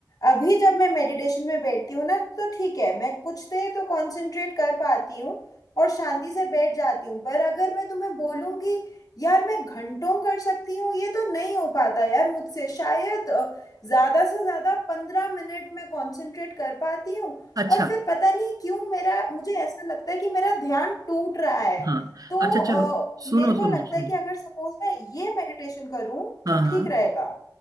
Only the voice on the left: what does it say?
अभी जब मैं मेडिटेशन में बैठती हूँ ना तो ठीक है मैं कुछ देर तो कंसंट्रेट कर पाती हूँ और शांति से बैठ जाती हूँ पर अगर मैं तुम्हें बोलूँ कि यार मैं घंटों कर सकती हूँ ये तो नहीं हो पाता यार मुझसे शायद अ, ज्यादा से ज्यादा पंद्रह मिनट में कंसंट्रेट कर पाती हूँ
और फिर पता नहीं क्यों मेरा मुझे ऐसा लगता है कि मेरा ध्यान टूट रहा है
तो
अ,
मेरे
को
लगता
है कि अगर सपोज मैं ये मेडिटेशन करूं
तो
ठीक रहेगा